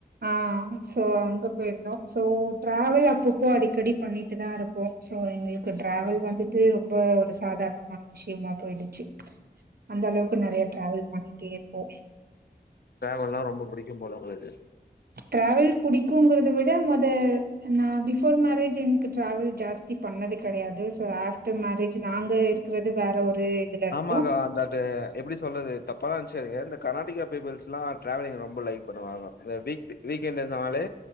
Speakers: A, on the right; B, on the left.
A: ஆ சோ அங்கே போயிருந்தோம் சோ டிராவல் அப்பப்போ அடிக்கடி பண்ணிட்டு தா இருப்போ சோ எங்க டிராவல் வந்துட்டு ரொம்ப ஒரு சாதாரணமான விஷயமா போயிடுச்சு அந்த அளவுக்கு இப்ப நெறைய டிராாவல் பண்ணிட்டே இருப்போ
B: ட்ராவல்னா ரொம்ப புடிக்கும் போல உங்களுக்கு
A: ட்ராவல் புடிக்குங்கறத விட மொத நா பிஃபோர் மேரேஜ் என்க்கு ட்ராவல் ஜாஸ்தி பண்ணது கெடயாது சோ ஆஃப்டர் மேரேஜ் நாங்க இரு க்றது வேற ஒரு இதுல இருக்கோ
B: ஆமாக்கா அந்த ரு எப்பிடி சொல்றது தப்பால்லா நென்ச்சிக்காதீங்க இந்த கர்நாடிகா பீப்பிள்ஸ்ல்லா ட்ராவலிங் ரொம்ப லைக் பண்ணுவாங்க இந்த வீக் டு வீக்கெண்டு நாளு